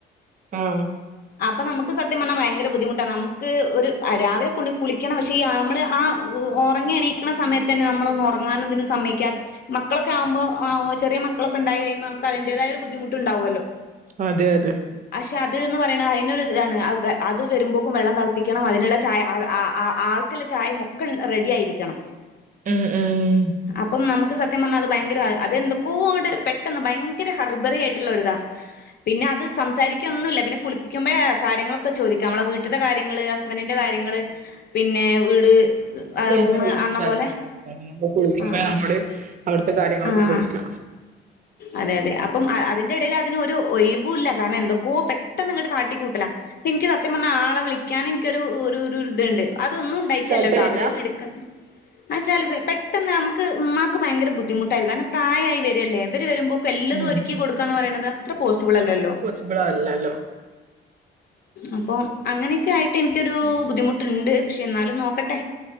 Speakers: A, on the right; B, on the left.
A: ആഹ്
B: അപ്പ നമ്മക്ക് സത്യം പർഞ്ഞാ ഭയങ്കര ബുദ്ധിമുട്ടാണ് നമ്മക്ക് ഒരു രാവിലെ കുളിക്കണം പക്ഷെ ഈ അമ്മള് ആ ഒറങ്ങി എണീക്ക്ണ സമയത്തന്നെ നമ്മളൊന്നു ഒറങ്ങാനും ഇതിനും സമ്മയ്ക്കാതെ മക്കളൊക്കാ ആവുമ്പോ ചെറിയ മക്കളക്കെ ഇണ്ടായി കഴിയുമ്പോ നമുക്ക് അതിന്റേതായ ഒരു ബുദ്ധിമുട്ട് ണ്ടാവോല്ലോ
A: അതെ അതെ
B: പക്ഷെ അത് ന്ന് പറയ്ണ അയിനൊര് ഇതാണ് അത് വരുമ്പോക്കും വെള്ളം തൾപ്പിക്കണം അതിന്ള്ള ചായ ആ ആ ആൾ ക്ക്ള്ള ചായ മൊക്കൻ റെഡി ആയിരിക്കണം
A: ഉം ഉം
B: അപ്പം നമുക്ക് സ സത്യം പർഞ്ഞാ അത് ഭയങ്കര അതെന്തൊക്കോ ആണ്ട് പെട്ടെന്ന് ഭയങ്കര ഹറിബറി ആയിട്ടുള്ളര്താ പിന്നെ അത് സംസാരിക്കൊന്നുല്ല പിന്നെ കുളിപ്പിക്കുമ്പയാ കാര്യങ്ങളൊക്കെ ചോദിക്കാ നമ്മളെ വീട്ട്ത്തെ കാര്യങ്ങള് ഹസ് ഹസ്ബന്റിന്റെ കാര്യങ്ങള് പിന്നെ വീട്
A: <unintelligible>
B: റൂമ് പറഞ്ഞ പോലെ
A: കുളിക്കുമ്പയാ
B: ആഹ്
A: നമ്മടെ അവിട്ത്തെ കാര്യങ്ങളൊക്കെ
B: ആഹ്
A: ചോയിക്കാ
B: ആഹ് അതെ അതെ അപ്പം അ അതിന്റെ ഇടയില് അതിനൊരു ഒഴിവു ഇല്ല കാരണം എന്തൊക്കോ പെട്ടെന്ന് ഇങ്ങട്ട് കാട്ടിക്കൂട്ടല ഇൻക്ക് സത്യം പർഞ്ഞ ആളെ വിളിക്കാന് ഇൻക്കൊരു ഒരു ഒരു ഇത്ണ്ട് അതൊന്നും ണ്ടായിറ്റ
A: താല്പര്യല്ല
B: അല്ല ട്ടോ അവര് ഇട്ക്ക് അ ച്ചാല് പെട്ടെന്ന് നമ്മക്ക് ഇമ്മാക്ക് ഭയങ്കര ബുദ്ധിമുട്ടായിരുന്നു കാരണം പ്രായായി വരല്ലേ ഇവര് വരുമ്പോക്ക് എല്ലതും
A: ഉം
B: ഒരുക്കി കൊടുക്ക ന്ന് പറയ്ണത് അത്ര പോസിബിള് അല്ലല്ലോ
A: സ്ബ്ള് അല്ലല്ലോ
B: അപ്പോം അങ്ങനെക്കെ ആയിട്ട് ഇൻക്കൊരു ബുദ്ധിമുട്ട്ണ്ട് പക്ഷെ ന്നാലും നോക്കട്ടെ